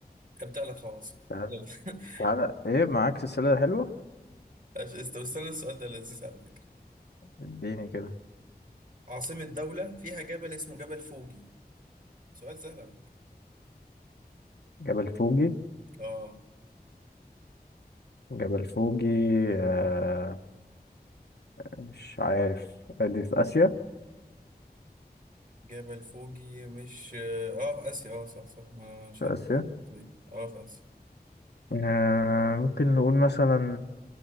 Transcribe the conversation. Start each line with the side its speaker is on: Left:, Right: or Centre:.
Right: هبدأ لك عواصم
Left: تعال
Right: يلا <laughs>
Left: تعال إيه معاك سلسلة حلوة؟
Right: عش- است- استنى السؤال ده لذيذ على فكرة
Left: اديني كده
Right: عاصمة دولة فيها جبل اسمه جبل فوجي سؤال سهل على فكرة
Left: جبل فوجي
Right: اه
Left: جبل فوجي آه مش عارف دي في آسيا
Right: جبل فوجي مش اه آه، في آسيا اه صح صح ما انا مش
Left: في
Right: عارف
Left: آسيا
Right: الطريقة دي اه في آسيا
Left: آه ممكن نقول مثلا